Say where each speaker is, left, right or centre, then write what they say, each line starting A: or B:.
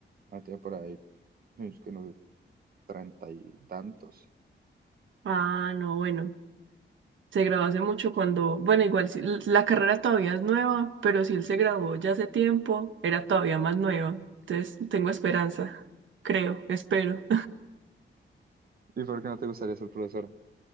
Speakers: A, on the right; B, on the right.
A: ya tiene por ahí, es que unos treinta y tantos.
B: Ah, no, bueno. Se graduó hace mucho cuando, bueno, igual si- l- la carrera todavía es nueva, pero si él se graduó ya hace tiempo, era todavía más nueva. Entonces, tengo esperanza. Creo, espero.
A: ¿Y por qué no te gustaría ser profesora?